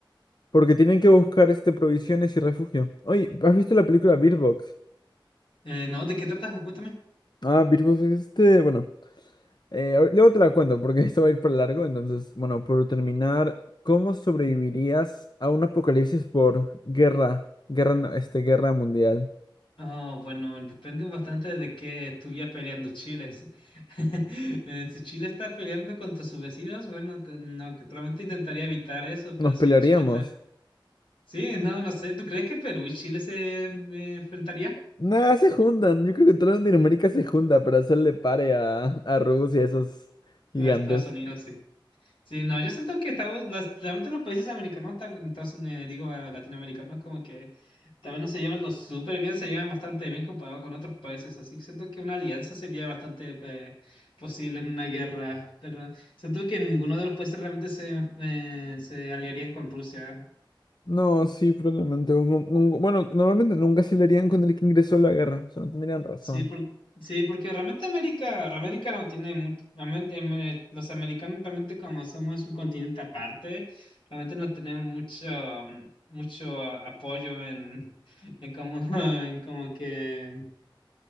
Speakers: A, on the left; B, on the left.
A: Porque tienen que buscar este provisiones y refugio. Oye, ¿has visto la película Bird Box?
B: eh, no, ¿de qué tratas? Cuéntame.
A: Ah, Bird Box es este, bueno. Eh, ahor- luego te la cuento porque <laughs> esto va a ir para largo. Entonces, bueno, por terminar, ¿cómo sobrevivirías a un apocalipsis por guerra, guerra, no- este, guerra mundial?
B: Oh, bueno, depende bastante de qué estuviera peleando Chile. Si, <laughs> Eh, si Chile está peleando contra sus vecinos, bueno, te- no, realmente intentaría evitar eso, pero
A: Nos
B: si
A: pelearíamos.
B: Chile está... Sí, no, no sé, ¿tú crees que Perú y Chile se eh, enfrentarían?
A: Nada, se juntan. Yo creo que toda Latinoamérica se junta para hacerle pare a, a Rusia, a esos gigantes.
B: O Estados Unidos, sí. Sí, no, yo siento que estamos, los- realmente los países americanos, tal- entonces, eh, digo eh, latinoamericanos, como que también no se llevan lo súper bien, se llevan bastante bien comparado con otros países, así que siento que una alianza sería bastante eh, posible en una guerra, pero siento que ninguno de los países realmente se, eh, se aliaría con Rusia.
A: No, sí, probablemente. un- un- un- bueno, normalmente nunca se le harían con el que ingresó a la guerra. O sea, no tendrían razón.
B: Sí, por- sí, porque realmente América, América no tiene mucho, realmente, ame- los americanos realmente como somos un continente aparte, realmente no tenemos mucho, mm, mucho a- apoyo en, en como, <laughs> en como que,